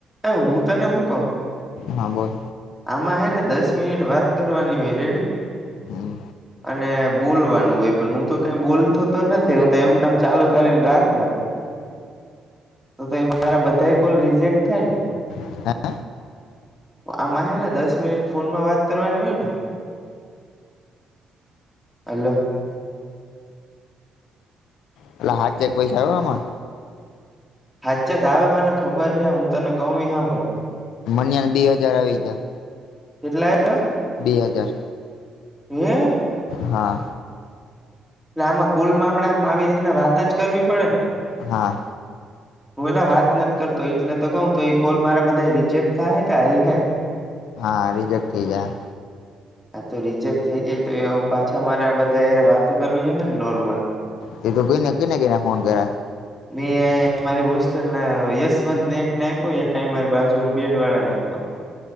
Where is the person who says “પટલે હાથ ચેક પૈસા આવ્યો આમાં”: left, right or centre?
Left